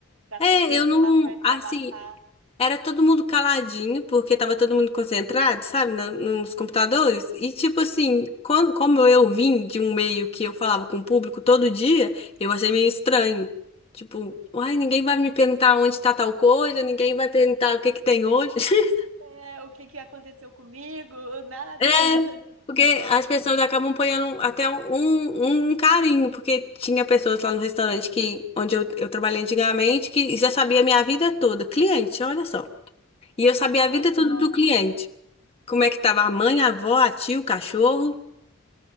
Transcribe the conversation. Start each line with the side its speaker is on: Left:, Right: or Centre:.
Right: para
Left: É,
Right: conversar,
Left: eu não,
Right: para desabafar.
Left: assim, Era todo mundo caladinho, porque tava todo mundo concentrado, sabe, na- nos computadores. E, tipo assim, quando, como eu vim de um meio que eu falava com o público todo dia, eu achei meio estranho. Tipo, uai, ninguém vai me perguntar onde tá tal coisa, ninguém vai perguntar o que que tem hoje. <laughs>
Right: É, o que que aconteceu comigo? Nada.
Left: É,
Right: <laughs>
Left: porque as pessoas acabam ponhando até um, um um, um carinho, porque tinha pessoas lá no restaurante que, onde eu, eu trabalhei antigamente que já sabia a minha vida toda. Cliente, olha só. E eu sabia a vida
Right: Olha
Left: toda
Right: só.
Left: do cliente. como é que tava a mãe, a avó, a tia, o cachorro.